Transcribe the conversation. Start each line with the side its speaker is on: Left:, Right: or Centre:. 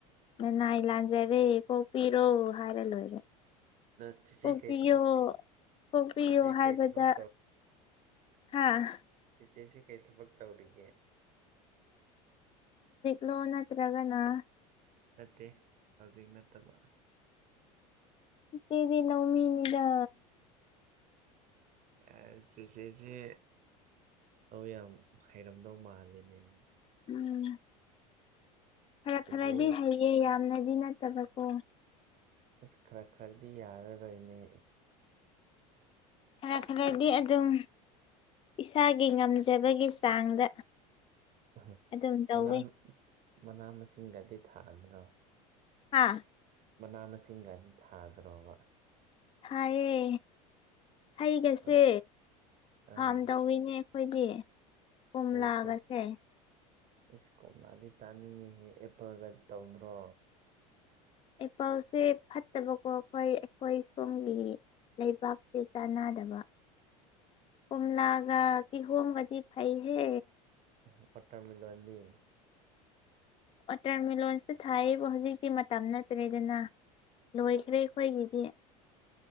Left: ꯅꯅꯥꯏ ꯂꯥꯟꯖꯔꯦ ꯀꯣꯛꯄꯤꯔꯣ ꯍꯥꯏꯔ ꯂꯣꯏꯔꯦ
Right: ꯑꯗꯣ ꯆꯤꯆꯦ
Left: ꯀꯣꯛꯄꯤꯌꯣ
Right: ꯀꯩ ꯊꯕꯛ
Left: ꯀꯣꯛꯄꯤꯌꯣ
Right: ꯆꯤꯆꯦ
Left: ꯍꯥꯏꯕꯗ
Right: ꯀꯩ ꯊꯕꯛ
Left: ꯍꯥꯥ
Right: ꯆꯦꯆꯦꯁꯤ ꯀꯩ ꯊꯕꯛ ꯇꯧꯔꯤꯒꯦ
Left: ꯂꯣ ꯅꯠꯇ꯭ꯔꯒꯅꯥ
Right: ꯅꯠꯇꯦ ꯍꯧꯖꯤꯛ ꯅꯠꯇꯕ
Left: ꯏꯆꯦꯗꯤ ꯂꯧꯃꯤꯅꯤꯗ
Right: ꯂꯧꯃꯤ ꯁꯦꯁ ꯆꯦꯆꯦꯁꯦ ꯂꯧ ꯌꯥꯝ ꯍꯩꯔꯝꯗꯧ ꯃꯥꯜꯂꯦꯅꯦ ꯑꯗꯨꯗꯤ
Left: ꯎꯝ ꯈꯔ
Right: ꯆꯦꯆꯦ
Left: ꯈꯔꯗꯤ ꯍꯩꯌꯦ ꯌꯥꯝꯅꯗꯤ ꯅꯠꯇꯕꯀꯣ
Right: ꯑꯁ ꯈꯔ ꯈꯔꯗꯤ ꯌꯥꯔꯔꯣꯏꯅꯦ
Left: ꯈꯔ ꯈꯔꯗꯤ ꯑꯗꯨꯝ ꯏꯁꯥꯒꯤ ꯉꯝꯖꯕꯒꯤ ꯆꯥꯡꯗ
Right: <unintelligible>
Left: ꯑꯗꯨꯝ ꯇꯧꯋꯤ
Right: ꯃꯅꯥ ꯃꯅꯥ ꯃꯁꯤꯡꯒꯗꯤ ꯊꯥꯗ꯭ꯔꯣ
Left: ꯍꯥꯥ
Right: ꯃꯅꯥ ꯃꯁꯤꯡꯒꯗꯤ ꯊꯥꯗ꯭ꯔꯣꯕ
Left: ꯍꯥꯏꯌꯦ ꯍꯩꯒꯁꯦ
Right: ꯑꯥ ꯑꯥ
Left: ꯐꯥꯝ ꯇꯧꯋꯤꯅꯦ ꯑꯩꯈꯣꯏꯗꯤ ꯀꯣꯝꯂꯥꯒꯁꯦ
Right: ꯀꯩ ꯀꯩ ꯑꯩꯁ ꯀꯣꯝꯂꯥꯗꯤ ꯆꯥꯅꯤꯡꯉꯦꯍꯦ ꯑꯦꯄꯜꯒ ꯇꯧꯗ꯭ꯔꯣ
Left: ꯑꯄꯜꯁꯦ ꯐꯠꯇꯕꯀꯣ ꯑꯩꯈꯣꯏ ꯑꯩꯈꯣꯏ ꯁꯣꯝꯒꯤ ꯂꯩꯕꯥꯛꯁꯦ ꯆꯥꯟꯅꯗꯕ ꯀꯨꯝꯂꯥꯒ ꯀꯤꯍꯣꯝꯒꯗꯤ ꯐꯩꯍꯦ
Right: ꯑ ꯋꯥꯇꯔꯃꯤꯂꯣꯟꯗꯤ
Left: ꯋꯥꯇꯔꯃꯤꯂꯣꯟꯇꯤ ꯊꯥꯏꯌꯦꯕ ꯍꯧꯖꯤꯛꯇꯤ ꯃꯇꯝ ꯅꯠꯇ꯭ꯔꯦꯗꯅ ꯂꯣꯏꯈ꯭ꯔꯦ ꯑꯩꯈꯣꯏꯒꯤꯗꯤ